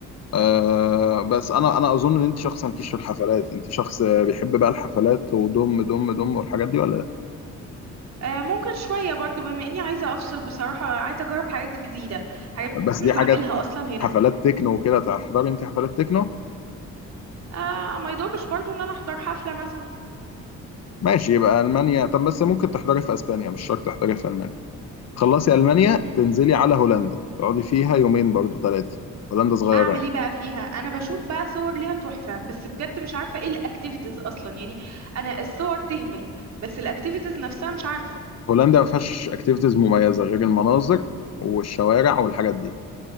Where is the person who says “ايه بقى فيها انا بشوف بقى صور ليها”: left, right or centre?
Right